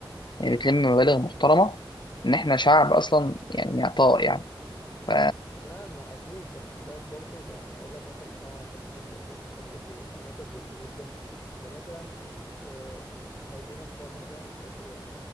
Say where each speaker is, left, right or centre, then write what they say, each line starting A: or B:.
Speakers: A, on the left; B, on the left.
A: يعني بتلم مبالغ محترمه ان احنا شعب اصلا يعني معطاء يعني ف
B: تمام اكيد بس بر- برضو يعني هقول لك مثلا مثال على الشخص اللي بي... اللي بيبقى ناتج للظروف ده ان مثلا إيه، لو جينا مثال مثلا اتنين